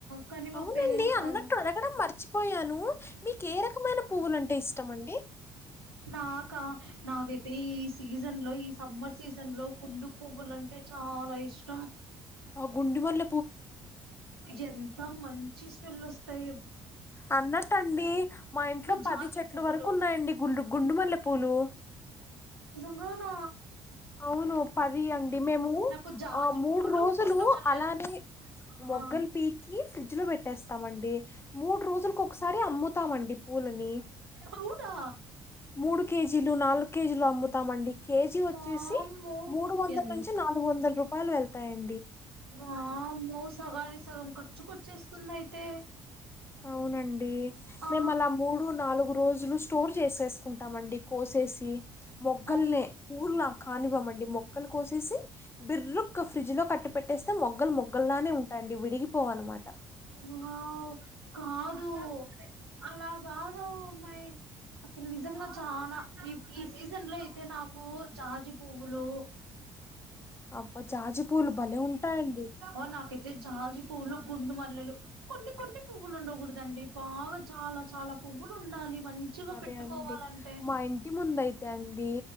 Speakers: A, on the right (about 85°); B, on the left (about 20°).
A: కానీ మా
B: అవునండి
A: పేరెంట్స్
B: అన్నట్టు
A: అ
B: అడగడం మర్చిపోయాను మీకు ఏ రకమైన పువ్వులంటే ఇష్టం అండి
A: నాకా నాకైతే ఈ సీజన్ లో ఈ సమ్మర్ సీజన్ లో కుండు పువ్వులంటే చాలా ఇష్టం
B: బా గుండి మళ్ల
A: యంత మం చిస్మెల్లు వస్తాయ
B: అన్నటండి మా ఇంట్లో పది
A: జాజి
B: చెట్లు
A: పువ్వులు
B: వరకు ఉన్నాయండి గు గుండుమల్లె పూలు
A: అవునా
B: అవును పది అండి మేము
A: నాకు జాజు
B: ఆ మూడు
A: పువ్వులు
B: రోజులు
A: గుండు మల్లెలు
B: అలానే మొగ్గల్
A: ఆ
B: పీకి ఫ్రిడ్జ్ లో పెట్టేస్తామండి మూడు రోజులకు ఒకసారి అమ్ము తామండి పూలని
A: అవునా
B: మూడు కేజీలు నాలుగు కేజీలు మ్ముతామండి కేజి వ
A: వామ్మో
B: వచ్చేసి మూడు వందల
A: ఎంత
B: నుంచి నాలుగు వందల రూపా పలు వెళ్తాయం
A: వామ్మో సగనికి స సగం ఖర్చుకొచ్చేస్తుంది అయితే
B: అవునండి
A: ఆ
B: మేము అలా మూడు నాలుగు రోజులు స్టోర్ చేసేసుకుంటామండి కోస్ ఎ సి మొగ్గల్లే
A: ఆ
B: పూవ్వుల్లా కానివ్వమండి మొక్కలు కోసేసి బిర్రుక్ ఫ్రిడ్జ్ లో కట్టి పేట్టెస్ యితే మొగ్గల్ మొగ్గల్లానే ఉంటాండి విడిగిపోవ అన్నమాట
A: వావ్ కాదు అలాగాదు ఉన్నాయి అసలు నిజంగా చానా ఈ ఈ సీజన్ లో అయితే నాకు జాజి పువ్వులు
B: అప్ప జాజీ పూలు భలే ఉంటాయండి
A: అ నాకైతే జాజి పూలు గుండు మల్లెలు కొన్ని కొన్ని పువ్వులు ఉండకూడదండి బాగా చాలా చాలా పువ్వులు ఉండాలి మంచిగా
B: అదే
A: పెట్టుకోవాలంటే
B: అండి మా ఇంటి ముందు అయితే అండి